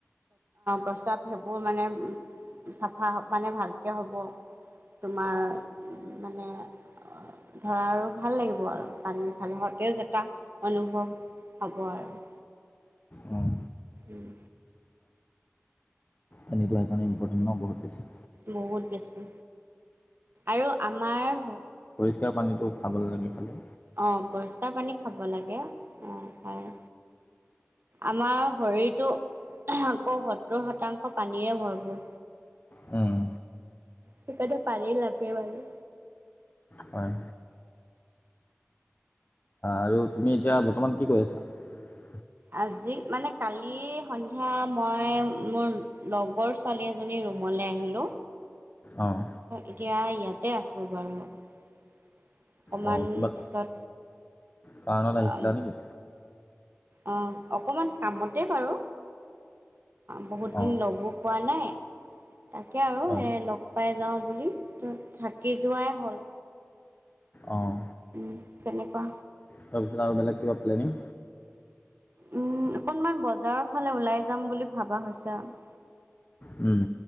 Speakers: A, on the right; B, on the left.
A: প্ৰস্তাৱ সেইবোৰ মানে চাফা মানে ভালকে হ'ব তোমাৰ মানে ধৰা আৰু ভাল লাগিব আৰু পানী ভাল সতেজ এটা অনুভৱ হ'ব আৰু।
B: উম,
A: উম।
B: তেনেকোৱা কাৰণে ইম্পৰ্টেণ্ট ন বহুত বেছি
A: বহুত বেছি আৰু আমাৰ।
B: তেতিয়াৰ পানীটো খাবলে লাগে খালে
A: অ পৰিষ্কাৰ পানী খাব লাগে অ হয় আমাৰ শৰীৰটো আকৌ সত্তৰ শতাংশ পানীৰে ভৰপূৰ
B: উম
A: সেইকাৰণে পানী লাগে মানে
B: হয় আৰু তুমি এতিয়া বৰ্তমান কি কৰি আছা
A: আজি মানে কালি সন্ধিয়া মই মোৰ লগৰ ছোৱালী এজনীৰ ৰুমলে আহিলো
B: অঁ
A: এতিয়া ইয়াতে আছো বাৰু অকণমান
B: অঁ কিবা
A: পিছত
B: কাৰণত আহিছিলা
A: অ
B: নেকি
A: অ অকমান কামতে বাৰু। বহুত দিন
B: অঁ
A: লগো পোৱা নাই। তাকে আৰু
B: হয়
A: এ লগ পাই যাওঁ বুলি থাকি যোৱাই হ'ল।
B: অঁ
A: উম কেনেকুৱা।
B: তাৰপিছত আৰু বেলেগ কিবা প্লেনিং
A: উম অকনমান বজাৰৰ ফালে ওলাই যাম বুলি ভাবা হৈছে আৰু।
B: উম,